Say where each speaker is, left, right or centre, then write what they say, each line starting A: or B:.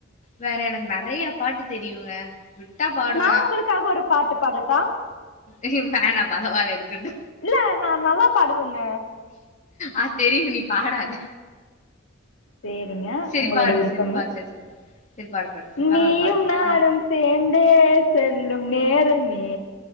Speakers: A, on the left; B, on the left.
A: வேற எனக்கு நறையா பாட்டு தெரியுங்க விட்டா பாடுவ
B: நா உங்களுக்காக ஒரு பாட்டு பாடட்டா
A: ஐயோ வேணா பரவால்ல இருக்கட்டு
B: இல்ல நா நல்லா பாடுவங்க
A: ஆஹ் தெரியு நீ பாடாத
B: சேரிங்க
A: செரி
B: உங்களோட
A: பாடு
B: விருப்பம்மு
A: செரி பாடு செரி செரி பாடு செரி பாடு பாடு செரி பரவால்ல
B: நீயும்
A: பாடு
B: நானும்
A: சும்மா
B: சேர்ந்தே செல்லும் நே ரமே